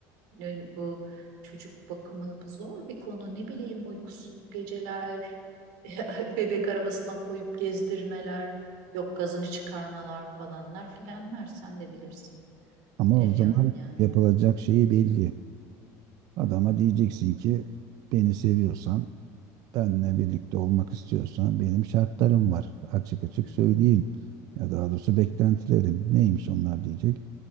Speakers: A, on the right; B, on the right.
A: ne- bu çocuk bakımı zor bir konu. Ne bileyim uykusuz geceler, <laughs> bebek arabasına koyup gezdirmeler, yok gazını çıkarmalar falanlar filanlar sen de bilirsin.
B: Ama
A: Bilemiyorum
B: o zaman
A: yani.
B: yapılacak şeyi belli. Adama
A: Hı hı,
B: diyeceksin ki beni seviyorsan, benle
A: hı
B: birlikte olmak istiyorsan benim şartlarım var. Açık açık
A: hı, hı
B: söyleyeyim. Ya daha doğrusu beklentilerim. Neymiş onlar diyecek.